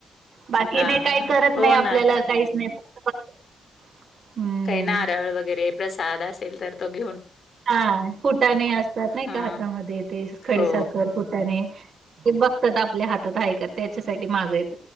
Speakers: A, on the right; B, on the left.
A: बाकी
B: हा
A: नाही काही
B: हा
A: करत
B: हो
A: नाही आपल्याला
B: ना आता
A: काहीच नाही फक्त हम्म.
B: काही नारळ वगैरे प्रसाद असेल तर तोघे
A: हा फुटाणे असतात नाही
B: हा
A: का हातामध्ये ते खडी
B: हो
A: साखर फुटाणे ते बघतात आपल्या हातात आहे का त्याच्यासाठी माग येत